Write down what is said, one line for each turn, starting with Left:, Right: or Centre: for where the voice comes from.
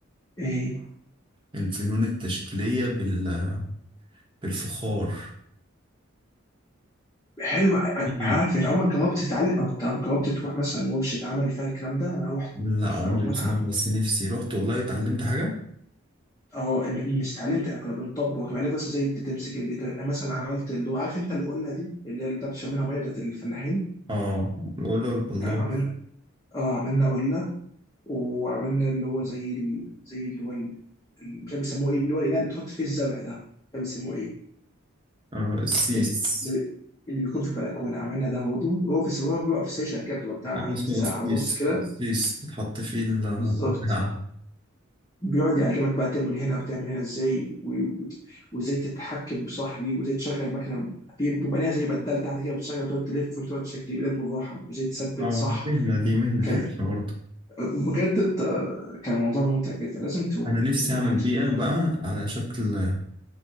Left: ايه
Right: الفنون التشكيلية بال... بالفخار
Left: حلو ع-
Right: إيه؟
Left: عارف انت عمرك جربت تتعلم او ت- جربت تروح مثلا ورشه عمل فيها الكلام ده انا رحت
Right: لا
Left: تحفه
Right: عمري
Left: او متعه
Right: بصراحة
Left: متعه
Right: بس نفسي رحت والله اتعلمت حاجة
Left: اه م- مش اتعلمت احنا كنا بنطبق كان عليك بس زي تمسك البيكر مثلا عملت اللي هو عارف انت القله دي اللي هي اللي بتاعت شمينها ميه بتاعت الفلاحين
Right: اه القلة والبلاط
Left: آه، عملنا اه عملنا قله وعملنا اللي هو زي ال... زي اللي هو ال... ال- مش عارف بيسموه ايه اللي هو الاناء اللي بتحط فيه الزرع ده مش عارف بيسموه ايه
Right: آه السيس
Left: ال- اللي بي- اللي بيكون في البلكونه عملنا ده برضه هو في هو بيبقى في سيشن كده بتبقى بتاع
Right: أي اسمه
Left: ساعه
Right: السيس
Left: ونص كده
Right: السيس بيتحط فيه ال-
Left: بالظبط
Right: البتاع
Left: بيقعد يعلمك بقى تعمل هنا وتعمل هنا ازاي و- و- وازاي تتحكم بصاحبي وازاي تشغل مكنه في بيبقى ليها زي بدال تحت كده بتشغل وتقعد تلف وتقعد تشكل بايدك بالراحه وازاي تثبت
Right: اه
Left: صح
Right: مهنة دي مهنة
Left: كان
Right: حرفة برضه
Left: بجد آه، كان موضوع ممتع جدا لازم تروح
Right: أنا نفسي
Left: لازم تروح
Right: أعمل
Left: حاجه شبه
Right: بيئة
Left: دي
Right: بقى على شكل